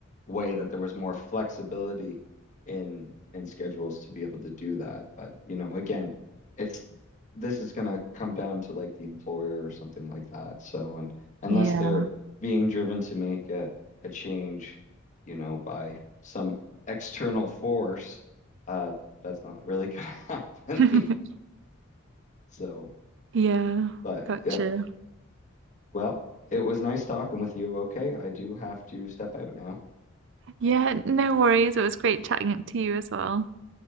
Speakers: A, on the left; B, on the right.
A: way that there was more flexibility in in schedules to be able to do that. But you know, again, it's this is gonna come down to like the employer or something like that. So, and unless
B: Yeah,
A: they're being driven to make a a change, you know, by some external force, uh, that's not really gonna <laughs> happen.
B: <laughs>
A: So,
B: Yeah.
A: but
B: gotcha.
A: yeah, well, it was nice talking with you. Okay, I do have to step out now.
B: Yeah, no worries. It was great chatting to you as well.